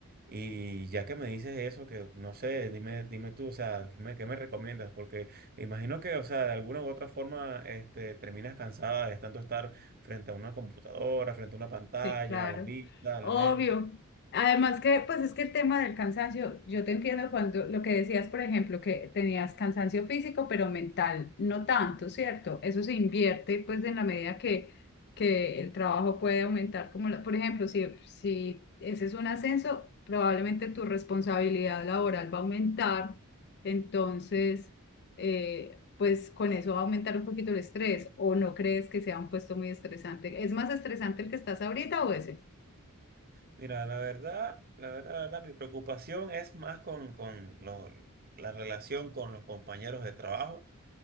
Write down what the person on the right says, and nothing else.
Y ya que me dices eso, que no sé, dime, dime tú, o sea, ¿qué me, qué me recomiendas? Porque me imagino que, o sea, de alguna u otra forma, este, terminas cansada de tanto estar frente a una computadora, frente a una pantalla,
la vista,
la mente.
Mira, la verdad, la verdad, la verdad, mi preocupación es más con, con lo- la relación con los compañeros de trabajo